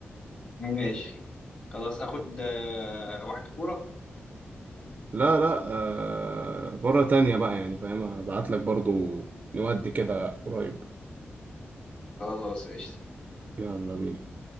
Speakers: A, on the left (about 40°); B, on the right (about 40°).
A: ماشي خلاص اخد آه، واحد كورة
B: لا لا آه، مرة تانية بقى يعني فاهم ابعت لك برضو نودي كده قريب
A: خلاص قشطة
B: يلا بينا